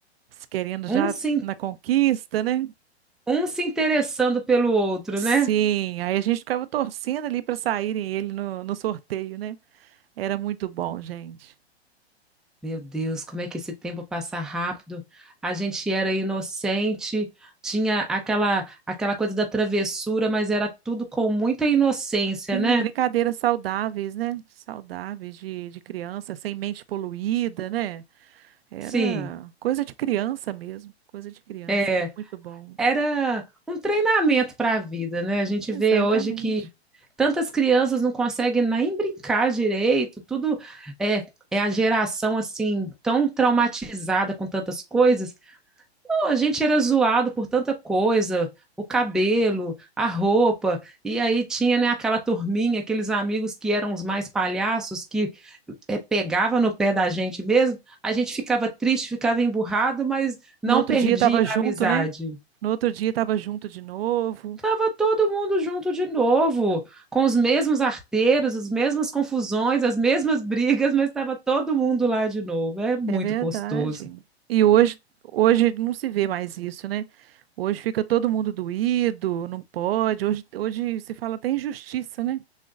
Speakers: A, on the right; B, in the centre.
A: querendo
B: Um
A: já
B: se,
A: na conquista, né?
B: um se interessando pelo outro,
A: Sim,
B: né?
A: aí a gente ficava torcendo ali para saírem ele no, no sorteio, né? Era muito bom, gente.
B: Meu Deus, como é que esse tempo passa rápido? A gente era inocente, tinha aquela aquela coisa da travessura, mas era tudo com muita inocência,
A: Sim,
B: né?
A: brincadeiras saudáveis, né? Saudáveis de, de criança, sem mente poluída, né? Era
B: Sim,
A: coisa de criança mesmo, coisa de criança,
B: é,
A: era muito bom.
B: era um treinamento para a vida, né? A gente
A: Exatamente.
B: vê hoje que tantas crianças não conseguem nem brincar direito, tudo é, é a geração assim tão traumatizada com tantas coisas Pô, a gente era zoado por tanta coisa, o cabelo, a roupa, e aí tinha, né, aquela turminha, aqueles amigos que eram os mais palhaços, que eh, pegava no pé da gente mesmo, a gente ficava triste, ficava emburrado, mas não
A: No outro
B: perdia
A: dia estava junto,
B: a amizade.
A: né? No outro dia estava junto de novo.
B: Tava todo mundo junto de novo, com os mesmos arteiros, as mesmas confusões, as mesmas brigas, mas estava todo mundo lá de novo. É muito
A: É verdade.
B: gostoso.
A: E hoje, hoje não se vê mais isso, né? Hoje fica todo mundo doído, não pode. Hoje, hoje se fala até em justiça, né?